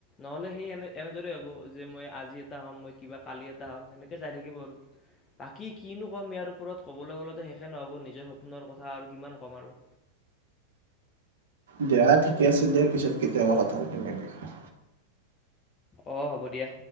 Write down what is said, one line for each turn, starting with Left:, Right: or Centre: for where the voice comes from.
Left: নহ'লে সেই এনে-এনেদৰেই হ'ব যে মই আজি এটা হ'ম, মই কিবা কালি এটা হ'ম, সেনেকে যাই থাকিব আৰু। বাকী কিনো ক'ম ইয়াৰ ওপৰত ক'বলৈ গ'লেতে শেষে নহ'ব নিজৰ সপোনৰ কথা আৰু কিমান ক'ম আৰু।
Right: দিয়া ঠিকে আছে দিয়া, পিছত কেতিয়াবা কথা পাতিম এই বিষয়ে।
Left: অ', হ'ব দিয়া।